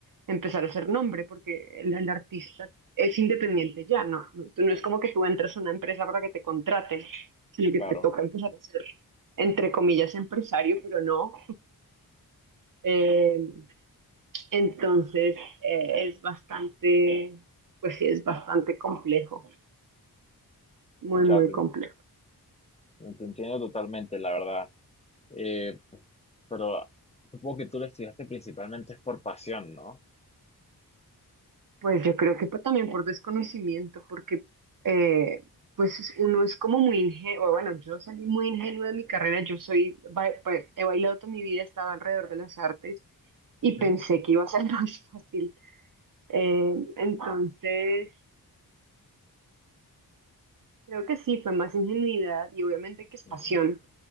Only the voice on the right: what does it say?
empezar a hacer nombre, porque el, el artista es independiente ya, no, no, tú no es como que tú entres a una empresa para que te contraten, sino que
te toca empezar a ser, entre comillas, empresario, pero no. Eh, entonces, eh, es bastante, pues sí, es bastante complejo, muy,
muy
complejo.
Pues yo creo que pa- también por desconocimiento, porque eh, pues es- uno es como muy ingenuo, bueno, yo salí muy ingenua de mi carrera, yo soy, ba- ba- he bailado toda mi vida, estaba alrededor de las artes
y pensé que iba a ser <laughs> más fácil. Eh, entonces, creo que sí, fue más ingenuidad y obviamente que es pasión,